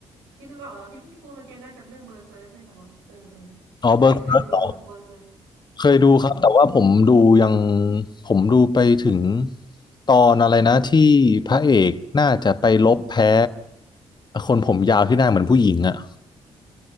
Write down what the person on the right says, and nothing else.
ที่ดูออกแล้วที่พี่พูดเมื่อกี้น่าจะเป็นเรื่องเบอร์เซิร์กนี่แหละมั้ง เออเออ
เคยเคยดูป่ะคะเบอร์เซิร์ก
อืม